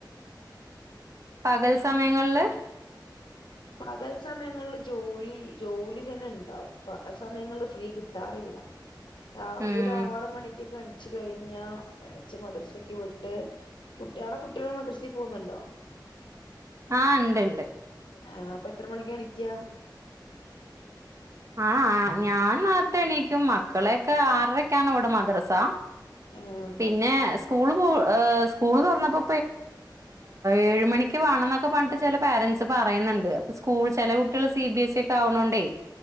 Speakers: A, on the right; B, on the left.
A: പകൽ സമയങ്ങളില്
B: പകൽ സമയങ്ങളിൽ ജോലി, ജോലി തന്നെ ഉണ്ടാവും പകൽ സമയങ്ങളിൽ ഫ്രീ കിട്ടാറില്ല. രാവിലെ
A: ഉം
B: ഒരു ആറ് മണിക്കൊക്കെ എണച്ച് കഴിഞ്ഞാൽ എണച്ച് മദ്രസക്ക് വിട്ട് അവിടെ കുട്ടികള് മദ്രസെ പോകുന്നുണ്ടോ
A: ആ, ഉണ്ട്ണ്ട്.
B: ആ, അപ്പൊ എത്ര മണിക്ക് എണിക്ക?
A: ആ ഞാൻ നേരത്തെ എണീക്കും, മക്കളെയൊക്കെ ആറരക്ക് ആണ് അവിടെ മദ്രസ
B: ആഹ്
A: പിന്നെ സ്കൂൾ്, സ്കൂൾന്ന് തുറാന്നെപ്പോ, ഏഴ് മണിക്ക് വേണംന്നൊക്കെ പറഞ്ഞിട്ട് ചില പേ രന്റ്സ്. പറയുന്നുണ്ട്, സ്കൂൾ ചില കുട്ടികൾ സി ബി എസ് ഒക്കെ ആവണോണ്ടേ